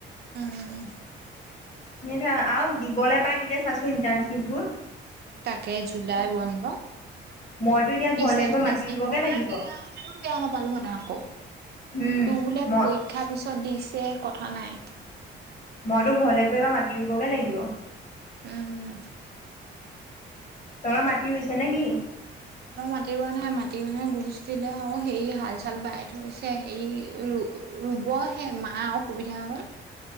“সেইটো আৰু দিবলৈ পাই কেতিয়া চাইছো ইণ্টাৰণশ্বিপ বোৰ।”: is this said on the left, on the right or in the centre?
Left